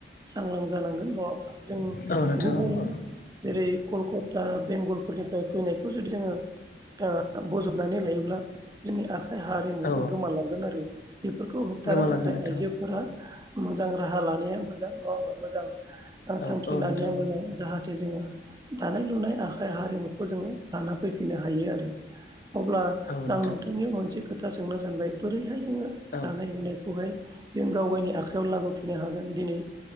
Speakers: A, on the right; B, on the left.
A: सांग्रां जानांगोन नङा होमब्ला जों
B: औ नोंथां
A: गुबुं
B: औ औ
A: जेरै कलकता बेंगलफोरनिफ्राय फैनाय खौ जुदि जोङो ओ बजबनानै लायोब्ला जोंनि आखाइ हारिमुवा
B: औ
A: गोमालां गोन आरो बेफोरखौ होबथानो
B: गोमालांगोन
A: थाखाय
B: नोंथां
A: आइजोफोरा मोजां राहा लानाया मोजां नङा होमबा मोजां ओ
B: औ
A: थांखि
B: औ
A: लानाया
B: नोंथां औ
A: मोजां जाहाथे जोङो दानाय लुनाय आखाइ हारिमुखौ जोङो लाना फैफिननो हायो आरो अब्ला
B: औ
A: आं
B: नोंथां
A: नोंथांनियाव मोनसे खोथा सोंनो सानबाय बोरैहाय जोङो
B: औ
A: दानाय लुनायखौहाय जों गावगायनि आखायाव लाबोफिननो हागोन दिनै